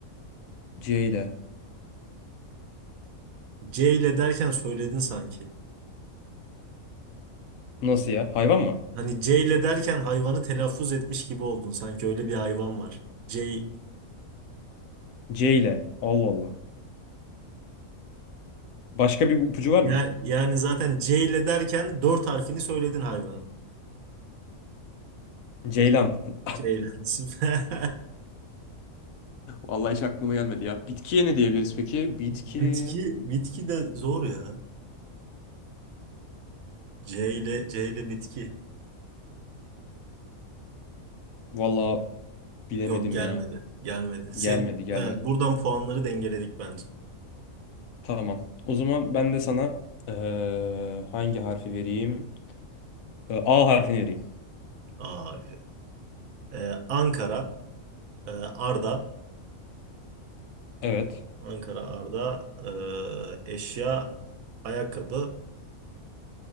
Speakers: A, on the left (about 75°); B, on the right (about 75°).
A: C ile.
B: C ile derken söyledin sanki.
A: Nasıl ya? Hayvan mı?
B: Hani C ile derken hayvanı telaffuz etmiş gibi oldun. Sanki öyle bir hayvan var. C
A: C ile. Allah Allah. Başka bir ipucu var
B: ya,
A: mı?
B: yani zaten C ile derken dört harfini söyledin hayvanın.
A: Ceylan.
B: C,
A: <laughs>
B: Ceylan. <laughs> Süper.
A: Vallahi hiç aklıma gelmedi ya. Bitkiye ne diyebiliriz peki? Bitki...
B: Bitki, bitki de zor ya. C ile C ile bitki.
A: Vallahi bilemedim
B: Yok gelmedi.
A: ya.
B: Gelmedi. Sen
A: Gelmedi gelmedi.
B: evet, buradan puanları dengeledik bence.
A: Tamam. O zaman ben de sana eee, hangi harfi vereyim? Eee, A harfini vereyim.
B: A harfi. Ee, Ankara, e, Arda.
A: Evet.
B: Ankara Arda e, eşya ayakkabı